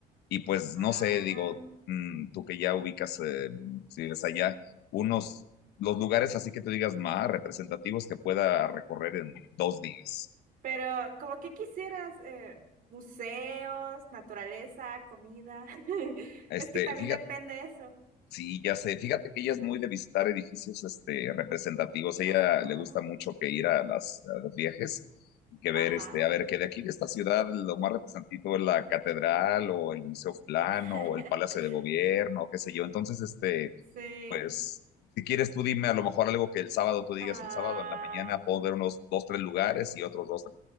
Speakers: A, on the left; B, on the right.
A: y pues
B: Ah,
A: no sé, digo, mm, tú que ya ubicas, eh, si vives allá, unos, los lugares así que tú digas más representativos que pueda recorrer en dos días.
B: pero como que quisieras eh, museos, naturaleza, comida. <laughs>
A: Este,
B: Es que también
A: fíjate,
B: depende eso.
A: Sí, ya sé. Fíjate que ella es muy de visitar edificios este, representativos. A
B: Ah,
A: ella le gusta mucho que ir a, las, a los viajes, y que ver,
B: ajá.
A: este, a ver, que de aquí de esta ciudad lo más representativo es la catedral o el Museo Plano
B: <laughs>
A: o el Palacio de Gobierno, qué sé yo. Entonces, este,
B: Sí.
A: pues, si quieres tú dime a lo mejor algo que el sábado tú digas
B: Ah,
A: el sábado en la mañana, puedo ver unos dos, tres lugares y otros dos,